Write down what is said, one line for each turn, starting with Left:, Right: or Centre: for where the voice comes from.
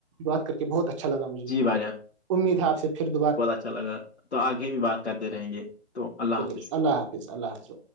Right: بات کر کے بہت اچھا لگا مجھے
Left: جی باجا
Right: امید ہے آپ سے پھر دوبارہ
Left: اچھا
Right: ہوگی۔
Left: لگا تو آگے بھی بات کرتے رہیں گے تو اللہ
Right: چلیے
Left: حافظ
Right: اللہ اللہ حافظ